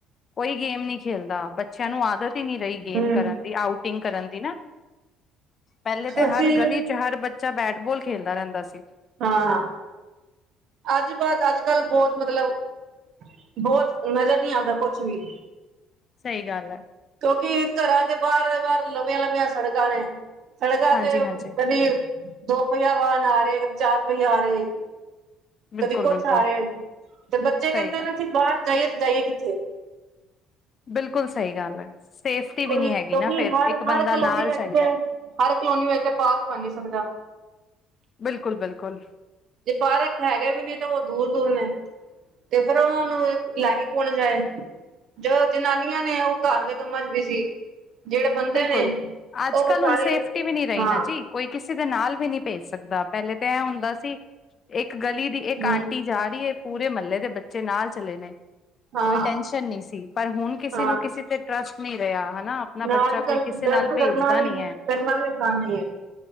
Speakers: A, on the left (about 45°); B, on the right (about 60°).
A: ਕੋਈ ਗੇਮ ਨੀ ਖੇਲਦਾ ਬੱਚੇਆਂ ਨੂੰ ਆਦਤ ਈ ਨੀ ਰਹੀ ਗੇਮ
B: ਹਮ
A: ਕਰਨ ਦੀ, ਆਊਟਿੰਗ ਕਰਨ ਦੀ ਨਾ ਪਹਿਲੇ ਤੇ ਹਰ
B: ਅਸੀਂ
A: ਗਲੀ ਹਰ ਬੱਚਾ ਬੈਟਬੋਲ ਖੇਲਦਾ ਰਹਿੰਦਾ ਸੀ।
B: ਹਾਂ, ਅੱਜ ਬਾਤ ਅੱਜ ਕੱਲ ਬਹੁਤ ਮਤਲਬ ਬਹੁਤ ਨਜ਼ਰ ਨਹੀਂ ਆਉਂਦਾ ਕੁਛ ਵੀ।
A: ਸਹੀ ਗੱਲ ਹੈ।
B: ਕਿਉਂਕਿ ਘਰਾਂ ਦੇ ਬਾਹਰ ਬਾਹਰ ਲੰਬੀਆਂ ਲੰਬੀਆਂ ਸੜਕਾਂ ਨੇ, ਸੜਕਾਂ
A: ਹਾਂਜੀ
B: ਤੇ
A: ਹਾਂਜੀ
B: ਕਦੀ ਦੋ ਪਹੀਆ ਵਾਹਨ ਆ ਰਿਹਾ, ਕਦੇ ਚਾਰ ਪਈਆ ਆ ਰਿਹਾ ਸੀ।
A: ਬਿਲਕੁਲ
B: ਤੇ ਕਦੀ ਕੁਛ
A: ਬਿਲਕੁਲ
B: ਆ ਰਿਹਾ ਜੀ ਤੇ ਬੱਚੇ ਕਹਿੰਦੇ
A: ਸਹੀ ਗੱਲ
B: ਨਾ ਅਸੀਂ ਬਾਹਰ ਜਾਈਏ ਤੇ ਜਾਈਏ ਕਿੱਥੇ।
A: ਬਿਲਕੁਲ ਸਈ ਗੱਲ ਐ, ਸੇਫਟੀ
B: ਕੋਈ
A: ਵੀ ਨੀ
B: ਕਿਉਂਕਿ
A: ਹੈਗੀ ਨਾ ਫੇਰ
B: ਹਰ-ਹਰ
A: ਇੱਕ ਬੰਦਾ
B: ਕਲੋਨੀ
A: ਨਾਲ
B: ਵਿੱਚ
A: ਚਾਈਦਾ।
B: ਤੇ ਹਰ ਕਲੋਨੀ ਵਿੱਚ ਪਾਰਕ ਬਣ ਨੀ ਸਕਦਾ।
A: ਬਿਲਕੁਲ -ਬਿਲਕੁਲ।
B: ਜੇ ਪਾਰਕ ਹੈਗੇ ਵੀ ਨੀ ਤੇ ਓ ਦੂਰ-ਦੂਰ ਨੇ ਤੇ ਫੇਰ ਓਨੂੰ ਲੈ ਕੇ ਕੌਣ ਜਾਏ। ਜੋ ਜਨਾਨੀਆਂ ਨੇ ਓ ਘਰ ਦੇ ਕੰਮਾਂ ਚ ਬਿਜੀ ਜੇੜੇ ਬੰਦੇ
A: ਬਿਲਕੁਲ
B: ਨੇ
A: ਅੱਜ
B: ਓ
A: ਕੱਲ੍ਹ
B: ਵਿਚਾਰੇ,
A: ਹੁਣ ਸੇਫਟੀ ਵੀ ਨਹੀਂ ਰਹੀ
B: ਹਾਂ
A: ਨਾ ਜੀ ਕੋਈ ਕਿਸੇ ਦੇ ਨਾਲ ਵੀ ਨਈ ਭੇਜ ਸਕਦਾ ਪੈਲੇ ਤਾਂ ਏ ਹੁੰਦਾ ਸੀ ਇੱਕ ਗਲੀ ਦੀ ਇੱਕ
B: ਹੂੰ
A: ਆਂਟੀ ਜਾ ਰਈ ਏ ਪੂਰੇ ਮਲੇ ਦੇ ਬੱਚੇ ਨਾਲ ਚਲੇ ਨੇ।
B: ਹਾਂ
A: ਕੋਈ ਟੈਸ਼ਨ ਨਈ ਸੀ ਪਰ ਹੁਣ ਕਿਸੇ
B: ਹਾਂ
A: ਨੂੰ ਕਿਸੇ ਤੇ ਟਰਸਟ ਨਈ ਰੇਆ ਹਨਾ। ਆਪਣਾ
B: <unintelligible>
A: ਬੱਚਾ ਕੋਈ ਕਿਸੇ ਨਾਲ ਭੇਜਦਾ ਨਹੀਂ ਹੈ